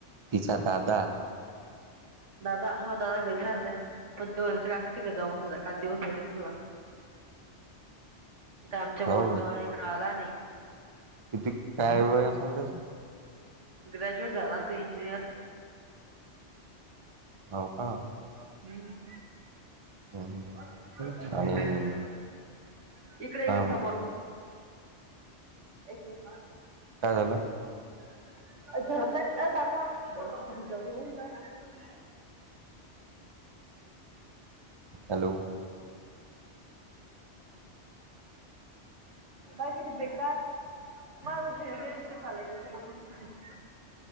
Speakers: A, on the right; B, on the right.
A: तिचा दादा
B: दादा हो दादा वेगळा राहतोय. पण तो त्याच्या काकाच्या घरी जाऊ बसायचा, काल दिवसभर तिकडेच होता. त आमच्यामूळ
A: हो
B: तो ऐक आला नाही्.
A: तीक काय वय अस त्याच?
B: ग्रॅज्युएट झाला ना त इंजिनियर.
A: हव का?
B: हम्म.
A: हम्म
B: <inaudible>
A: आणि
B: इकडे
A: काय
B: इकडे समोर, एक मिनट
A: काय झालं
B: <inaudible>
A: हॅलो
B: <inaudible> बाय कीती बेकार. माझ थेरड तिकड चालल गेलं